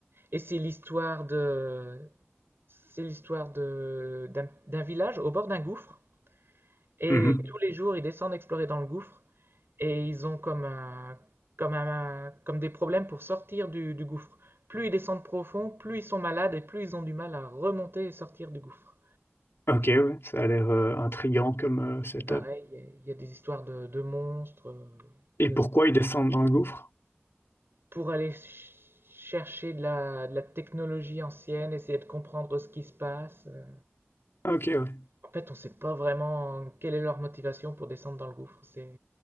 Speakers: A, on the right; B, on the left.
A: Et c'est l'histoire de, c'est l'histoire de, d'un, d'un village au bord d'un gouffre. Et
B: Mhm.
A: tous les jours, ils descendent explorer dans le gouffre. Et ils ont comme un, comme un, comme des problèmes pour sortir du, du gouffre. Plus ils descendent profond, plus ils sont malades et plus ils ont du mal à remonter et sortir du gouffre.
B: Ok, ouais, ça a l'air euh, intriguant comme euh, setup.
A: Pareil, il y a- il y, a des histoires de, de monstres. euh,
B: Et
A: et de-
B: pourquoi ils descendent dans le gouffre?
A: pour aller ch- chercher de la, de la technologie ancienne, essayer de comprendre ce qui se passe. euh.
B: Ok, ouais.
A: En fait, on ne sait pas vraiment quelle est leur motivation pour descendre dans le gouffre. C'est